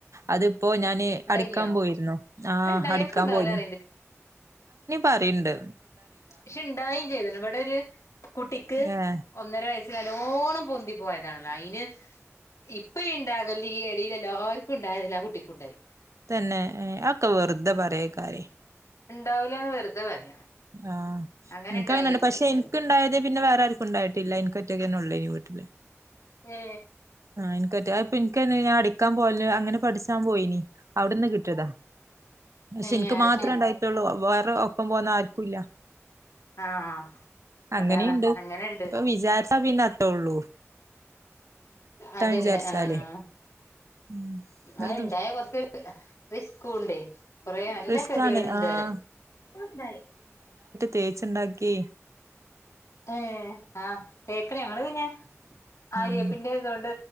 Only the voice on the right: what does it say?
അത് അപ്പൊ ഞാന്
അടിക്കാൻ പോയിര്ന്നു. ആഹ്
അടിക്കാൻ
പോയിന്നു. പറീണ്ട്
ഏഹ്
തന്നെ ഏ അക്കെ വെർതെ പരെയ്ക്കാരേ
ആഹ്
ഇൻകങ്ങനല്ല
പക്ഷെ ഇൻക്കിണ്ടായത് പിന്നെ വേറെ ആര്ക്കും ഉണ്ടായിട്ടില്ല ഇൻക്ക് ഒറ്റക്കെന്നെയ്ന്നു വീട്ടില്
ഇൻക്കേറ്റെ ഞാൻ അടിക്കാൻപോവല് അങ്ങനെ പഠിച്ചാൻ പോയീനി അവിട്ന്ന് കിട്ട്യേതാ പക്ഷെ
ഇനിക്ക്
മാത്രം
ഇണ്ടായിറ്റൊള്ളു വേറെ ഒപ്പം പോന്ന ആര് ക്കൂല
അങ്ങനീണ്ട്.
ഇപ്പ വിചാരിച്ചാ പിന്നതേള്ളു.
വിചാരിച്ചാലേ
ഉം
ഒരു
റിസ്കാണ്
ആഹ്
തേച്ച്ണ്ടാക്കി
ഉം